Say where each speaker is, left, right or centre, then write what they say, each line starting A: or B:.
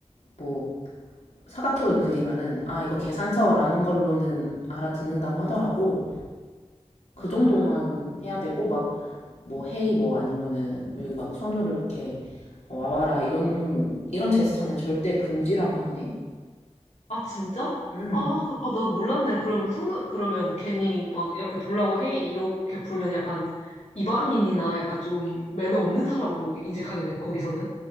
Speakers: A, on the left; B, on the left.
A: 뭐 사각형을 그리면은 아 이거 계산서라는 걸로는 알아듣는다고 하더라고. 그
B: 응.
A: 음.
B: 아.
A: 정도만 해야 되고 막 뭐 헤이 뭐 아니면은 여기 막 손으로 이렇게 와봐라 이런 이런 제스처는 절대 금지라고 하네.
B: 아, 진짜?
A: 음.
B: 아, 그, 아, 나 몰랐네. 그러면 속 그러면 괜히 막 이렇게 돌라고 헤이 이렇게 불면 약간 이방인이나 약간 좀 매너 없는 사람으로 인식하겠네, 거기서는.